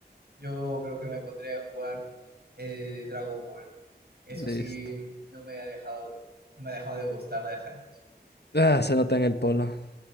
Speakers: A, on the right; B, on the left.
A: Yo creo que me pondré a jugar eh, Dragon Ball. Eso
B: Listo.
A: sí, no me ha dejado, no me ha dejado de gustar de hace años.
B: Ah, se nota en el polo.